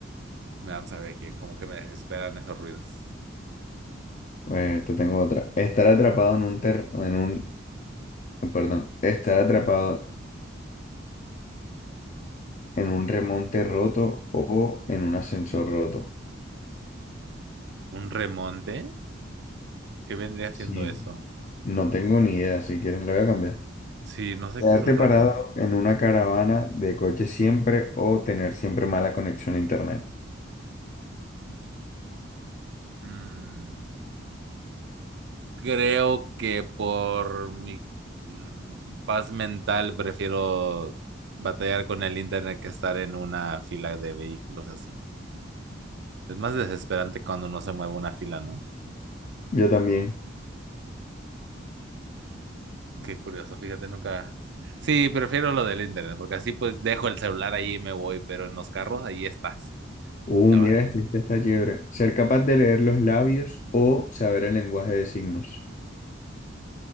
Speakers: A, on the right (about 65°); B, on the left (about 40°).
A: Me dan saber que como que me desesperan esos ruidos.
B: A ver, te tengo otra. Estar atrapado en un ter... en un... Perdón. Estar atrapado en un remonte roto o en un ascensor roto.
A: ¿Un remonte? ¿Qué vendría siendo
B: Sí.
A: eso?
B: No tengo ni idea. Si quieres, lo voy a cambiar.
A: Sí, no sé
B: Quedarte
A: qué es un
B: parado
A: remonte.
B: en una caravana de coche siempre o tener siempre mala conexión a internet.
A: Mm. creo que por mi mm, paz mental prefiero batallar con el internet que estar en una fila de vehículos así. Es más desesperante cuando no se mueve una fila, ¿no?
B: Yo también.
A: Qué curioso, fíjate, nunca... Sí, prefiero lo del internet, porque así pues dejo el celular ahí y me voy, pero en los carros ahí estás.
B: Uh,
A: Te va.
B: mira, este, este está chévere. Ser capaz de leer los labios o saber el lenguaje de signos.